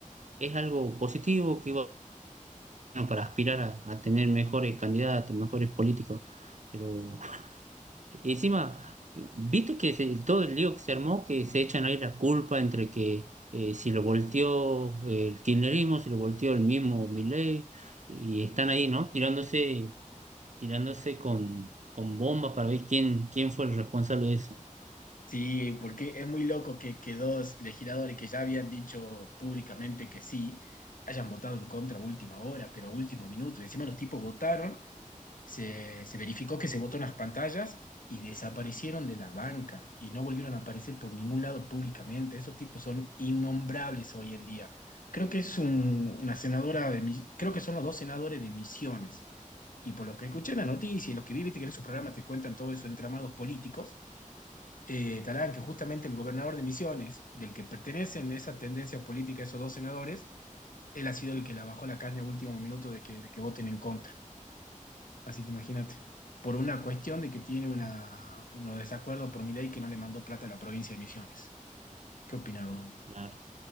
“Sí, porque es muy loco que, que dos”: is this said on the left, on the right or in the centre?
Left